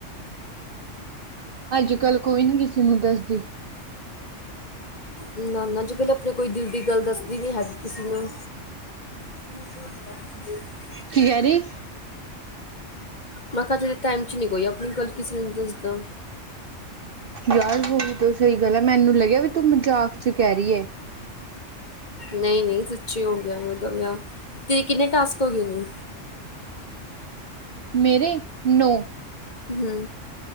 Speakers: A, on the right (about 55°); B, on the left (about 35°).
A: ਅੱਜ ਕੱਲ ਕੋਈ ਨੀ ਕਿਸੇ ਨੂੰ ਦੱਸਦੀ।
B: ਨਾ-ਨਾ, ਜੋ ਕਲ ਆਪਣੇ ਕੋਈ ਦਿਲ ਦੀ ਗੱਲ ਦੱਸਦੀ ਨੀ ਹੈਗੀ ਕਿਸੇ ਨੂੰ। <unintelligible>
A: ਕੀ ਕਹਿ ਰਹੀ?
B: ਮੈਂ ਕਹਾ ਅਜ ਦੇ ਟਾਈਮ ਚ ਨੀ ਕੋਈ ਆਪਣੀ ਗੱਲ ਕਿਸੀ ਨੂ ਦਸਦਾ।
A: ਯਾਰ ਹੋ ਵੀ ਤੋਂ ਸਹੀ ਗੱਲ ਹੈ, ਮੈਨੂੰ ਲੱਗਿਆ ਵੀ ਤੂੰ ਮਜ਼ਾਕ ਚ ਕਹਿ ਰਹੀ ਹੈ।
B: ਨਹੀਂ ਨਹੀਂ ਸੱਚੀ ਹੋ ਗਿਆ, ਔਦਾ ਵਿਆਹ, ਤੇਰੇ ਕਿੰਨੇ ਟਾਸਕ ਹੋ ਗਏ।
A: ਮੇਰੇ ਨੌ
B: ਹੂ